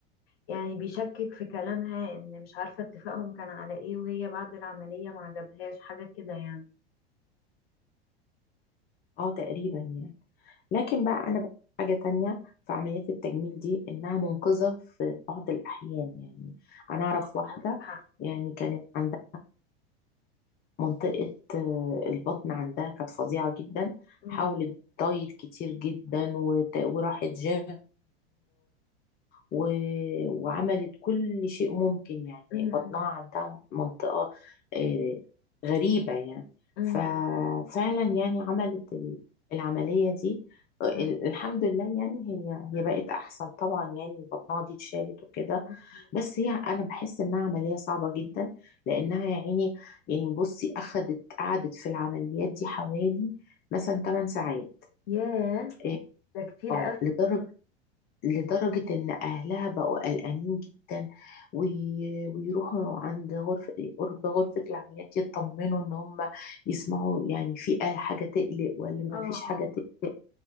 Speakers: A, on the left; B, on the left.
A: يعني بيشكك في كلامها ان مش عارفة اتفاقهم كان على ايه وهي بعد العملية ما عجبهاش حاجة كده يعني
B: اه تقريبا يعني لكن بقى انا بقى حاجه تانية في عمليات التجميل دي انها منقذه في بعض الاحيان يعني انا اعرف
A: اه
B: واحده
A: عندك حق
B: يعني كانت عندها منطقه آه، البطن عندها كانت فظيعه جدا
A: أمم،
B: حاولت دايت كتير جدا وت- وراحت جيم و... وعملت كل شيء ممكن يعني
A: أمم،
B: بطنها عندها منطقة آه، غريبة يعني
A: أمم،
B: ففعلا يعني عملت ال- العملية دي آه، ال-
A: أمم،
B: الحمد لله يعني هي هي بقت أحسن طبعا يعني بطنها دي اتشالت وكده
A: أمم.
B: بس هي أنا بحس إنها عملية صعبة جدا لأنها يا عيني يعني بصي أخدت قعدت في العمليات دي حوالي مثلا 8 ساعات
A: ياه
B: اه
A: ده كتير
B: آه،
A: قوي
B: لدرجة لدرجة إن أهلها بقوا قلقانين جدا وي- ويروحوا عند غرفة قرب غرفة العمليات يطمنوا إن هم يسمعوا يعني في أي حاجة تقلق ولا ما
A: اه
B: فيش حاجة
A: اه
B: تقلق